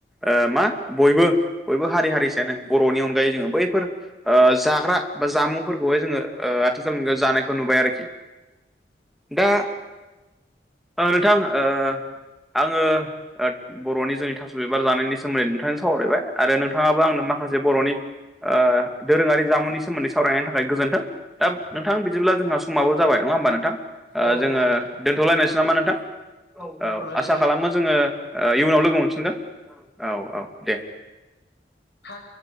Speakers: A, in the centre; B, on the left.
A: ओ मा बयबो बयबो हारि हारिसायानो बर'नि अनगायै जोङो बैफोर ओ जाग्रा बा जामुंफोरखौहाय जोङो आथिखाल मुगायाव जानायखौ नुबाय आरोखि। दा ओ नोंथां ओ आङो बर'नि जोंनि थास' बिबार जानायनि सोमोन्दै नोंथांजों सावरायबाय। आरो नोंथाङाबो आंनो माखासे बर'नि ओ दोरोङारि जामुंनि सोमोन्दै सावरायनायनि थाखाय गोजोन्थों। दा नोंथां बिदिब्ला जोंहा समाबो <unintelligible> नङा होनबा नोंथां ओ
B: औ नोंथां
A: जोङो दोनथ'लायनोसै नामा नोंथां औ
B: दोनथ'नोसै
A: औ आसा
B: दे
A: खालाम माजोङो ओ इयुनाव लोगो मोनफिनगोन औ औ दे।
B: हा